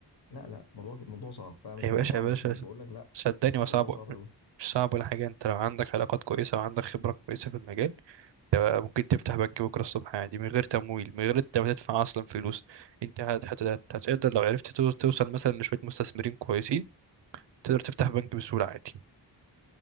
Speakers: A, on the left (about 60°); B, on the right (about 70°).
A: لا لا موضوع موضوع صعب فأنا مش
B: يا
A: طبعا
B: باشا يا باشا
A: مش مش بقول لك لا
B: صدقني
A: بس
B: وصعب
A: الموضوع صعب أوي
B: مش صعب ولا حاجه انت لو عندك علاقات كويسه وعندك خبره كويسه في المجال انت ممكن تفتح بنك بكره الصبح عادي من غير تمويل من غير انت ما تدفع اصلا فلوس انت هت- هت- هت- هتقدر لو عرفت تو- توصل مثلا لشويه مستثمرين كويسين تقدر تفتح بنك بسهوله عادي